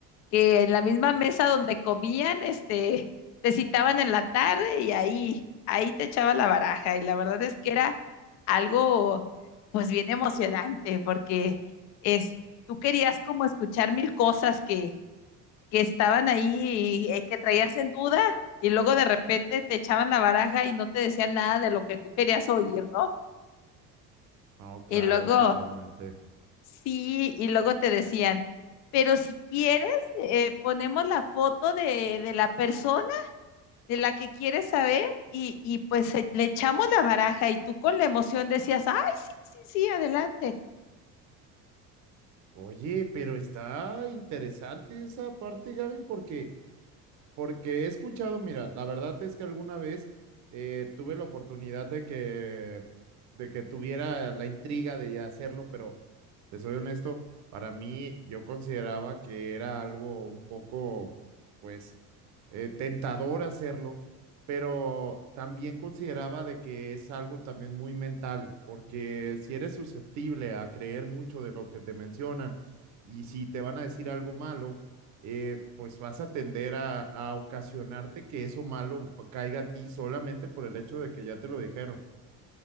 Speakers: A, on the left (about 35°); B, on the right (about 35°).
A: que en la misma mesa donde comían, este, te citaban en la tarde y ahí, ahí te echabas la baraja. Y la verdad es que era algo, pues bien emocionante, porque es, tú querías como escuchar mil cosas que, que estaban ahí y, eh, que traías en duda, y luego de repente te echaban la baraja y no te decían nada de lo que tú querías oír, ¿no?
B: No, claro,
A: Y luego
B: totalmente.
A: Sí, y luego te decían, pero si quieres, eh, ponemos la foto de, de la persona de la que quieres saber y, y pues eh, le echamos la baraja y tú con la emoción decías, ay, sí, sí, sí, adelante.
B: Oye, pero está interesante esa parte, Gaby, porque Porque he escuchado, mira, la verdad es que alguna vez eh, tuve la oportunidad de que, de que tuviera la intriga de hacerlo, pero te soy honesto, para mí yo consideraba que era algo un poco, pues, eh, tentador hacerlo, pero también consideraba de que es algo también muy mental, porque si eres susceptible a creer mucho de lo que te mencionan y si te van a decir algo malo, eh, pues vas a tender a, a, ocasionarte que eso malo caiga a ti solamente por el hecho de que ya te lo dijeron.